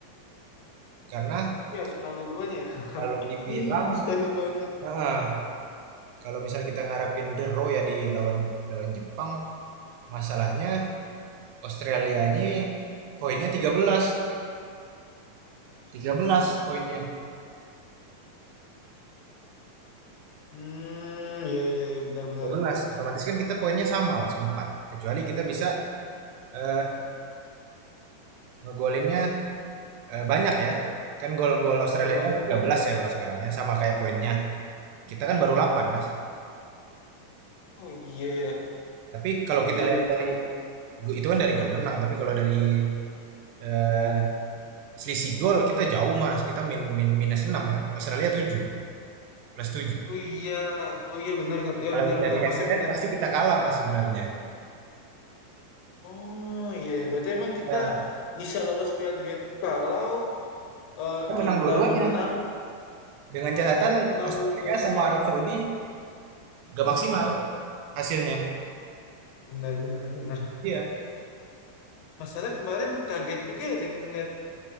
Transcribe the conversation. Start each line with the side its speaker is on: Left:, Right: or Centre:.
Right: Karena
Left: Iya harus menang dua-duanya ya <laughs>
Right: Kalau dibilang,
Left: mustahil banget
Right: heeh, kalau misalnya kita ngarepin the Raw ya di lawan lawan Jepang, masalahnya Australia ini poinnya tiga belas, tiga belas poinnya.
Left: hmm iya iya iya benar-benar
Right: Tiga belas, Otomatis kan kita poinnya sama Mas, 4. Kecuali kita bisa eh, ngegolinnya eh, banyak ya. Kan gol-gol Australia
Left: iya banyak
Right: 13 ya kalau sekarang ya, sama kayak poinnya. Kita kan baru 8 Mas.
Left: oh iya ya
Right: Tapi kalau
Left: oh
Right: kita
Left: iya
Right: lihat
Left: lihat
Right: dari
Left: klasmen
Right: itu kan dari gol menang, tapi kalau dari eh, selisih gol kita jauh mas kita min, min minus 6 kan Australia 7 plus 7
Left: oh iya oh iya benar Kak. ya
Right: kalau
Left: benar-benar
Right: dari head
Left: masih
Right: to head
Left: benar
Right: pasti kita kalah mas sebenarnya
Left: Oh iya, iya. berarti emang kita
Right: ya,
Left: bisa lolos Piala Dunia itu kalau Eh,
Right: kita
Left: kita
Right: menang dua-duanya
Left: menang,
Right: dengan catatan
Left: menang
Right: Australia
Left: dua-duanya.
Right: sama Arab Saudi gak maksimal hasilnya
Left: Benar, benar, benar.
Right: iya
Left: Masalah kemarin kaget juga ya deng- ngeliat